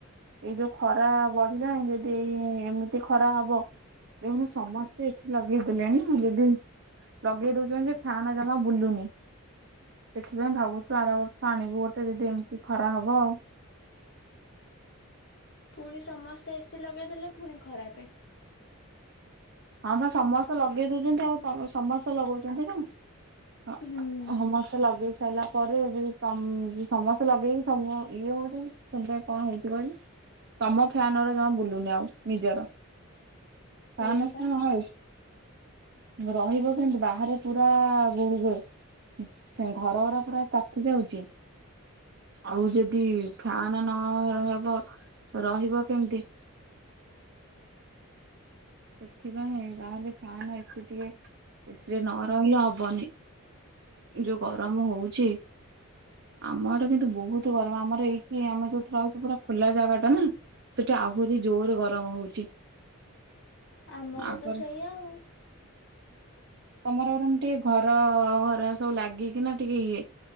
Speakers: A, on the right; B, on the left.
A: ଏଇ ଯୋଉ ଖର୍ ଖରା ବଢିଲାଣି ଯଦି ଏଇ ଏମିତି ଖରା ହବ ଦେଖୁନୁ ସମସ୍ତେ ଏସିି ଲଗେଇ ଦେଲେଣି ଯଦି ଲଗେଇ ଦଉଛନ୍ତି ଯେ ଫ୍ୟାନ ଜମା ବୁଲୁନି ସେଥିପାଇଁ ଭାବୁଛୁ ଆର ବର୍ଷ ଆଣିବୁ ଗୋଟେ ଯଦି ଏମିତି ଖରା ହବ ଆଉ
B: ପୁଣି ସମସ୍ତେ ଏସି ଲଗେଇ ଦେଲେ ପୁଣି ଖରାପେ
A: ହଁ ବା ସମସ୍ତେ ଲଗେଇ ଦେଉଛନ୍ତି ଆଉ ତମେ ସମସ୍ତେ ଲଗଉଛନ୍ତି ନା ହଁ
B: ହୁଁ
A: ହଁଅ ମ ଲଗେଇ ସାରିଲା ପରେ ଯଦି ତମ୍ ସମସ୍ତେ ଲଗେଇକି ସବୁ ଇଏ ହଉଛନ୍ତି ସେଥିପାଇଁ କଣ ହଉଛି କହିଲୁ ତମ ଫ୍ୟାନଗୁରା ଜମା ବୁଲୁନି ଆଉ ନିଜର ଫ୍ୟାନ
B: ସେଇଆପା
A: ହଁ <unintelligible> ରହିବ କେମତି ବାହାରେ ପୁରାଆଆ ଗୁଳୁଗୁଳ୍ ସେ ଘରଗୁରା ପୁରା ତାତି ଯାଉଛି ଆଉ ଯଦି ଫ୍ୟାନ୍ ନହେବ ରହିବ କେମିତି? ସେଥିପାଇଁ ତାହେଲେ ଫ୍ୟାନ୍ ଏସି ଟିକେ ଏସିରେ ନ ରହିଲେ ହବନି, ଯୋଉ ଗରମ ହଉଛି ଆମ ଆଡେ କିନ୍ତୁ ବହୁତ ଗରମ ଆମର ଏଇଠି ଆମେ ଯୋଉଠି ରହୁଛୁ ପୁରା ଖୋଲା ଜାଗାଟା ନା ସେଠି ଆହୁରି ଜୋରରେ ଗରମ ହଉଛି।
B: ଆମର
A: ଆଗରେ
B: ତ ସେଇଆ ଆଉ
A: ତମର ବରଂ ଟିକେ ଘର ଘର ସବୁ ଲାଗିକିନା ଟିକେ ଇଏ,